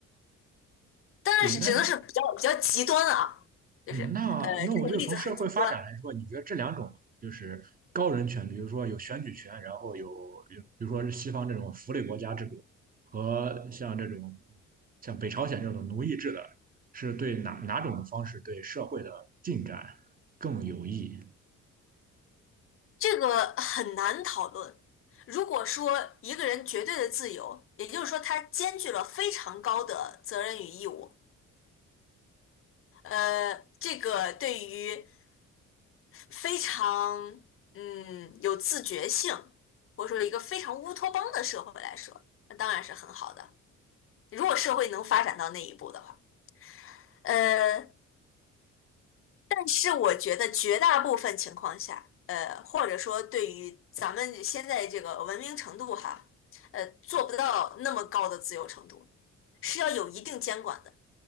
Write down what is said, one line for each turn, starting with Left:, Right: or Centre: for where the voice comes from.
Left: 当然是只能是比较比较极端啊，
Right: 对，那
Left: 就是呃这种例子很极端，
Right: 嗯，那那我就从社会发展来说，你觉得这两种就是高人权，比如说有选举权，然后有有，比如说是西方这种福利国家制度，和像这种像北朝鲜这种奴役制的，是对哪哪种方式对社会的进展更有益？
Left: 这个很难讨论。如果说一个人绝对的自由，也就是说他兼具了非常高的责任与义务，呃，这个对于非常嗯有自觉性，或者说一个非常乌托邦的社会来说，那当然是很好的。如果社会能发展到那一步的话，呃，但是我觉得绝大部分情况下，呃，或者说对于咱们现在这个文明程度哈，呃，做不到那么高的自由程度，是要有一定监管的。